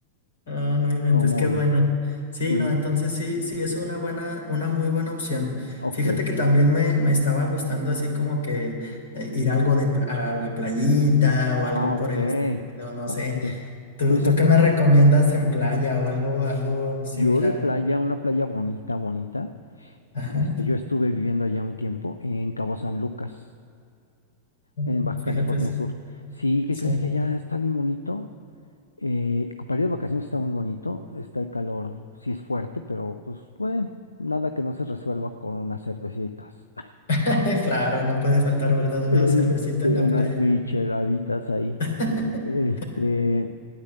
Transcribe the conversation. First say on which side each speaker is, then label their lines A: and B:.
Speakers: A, on the left; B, on the left.
A: Ah, no inventes,
B: ¿Cómo
A: qué
B: ves?
A: bueno.
B: Sí,
A: Sí, no, entonces sí, sí es una buena, una muy buena opción.
B: ok.
A: Fíjate que también me, me estaba gustando así como que eh, ir algo de pla- a la playita o
B: Ah,
A: algo
B: ok,
A: por el estilo, no
B: ok.
A: sé. ¿Tú,
B: Pues
A: tú
B: acá,
A: qué me recomiendas en playa o algo, algo similar?
B: yo de playa, una playa bonita, bonita.
A: Ajá.
B: Este, yo estuve viviendo allá un tiempo en Cabo San Lucas,
A: <laughs>
B: en Baja
A: Fíjate,
B: California
A: es-
B: Sur. Sí, ¿qué
A: sí.
B: crees que allá está bien bonito? Eh, para ir de vacaciones está muy bonito, está el calor, sí es fuerte, pero pues bueno, nada que no se resuelva con unas cervecitas,
A: <laughs> Claro, no puede faltar, ¿verdad?
B: <laughs>
A: Una
B: este,
A: cervecita en la
B: unas
A: playa.
B: micheladitas ahí.
A: <laughs>
B: Este,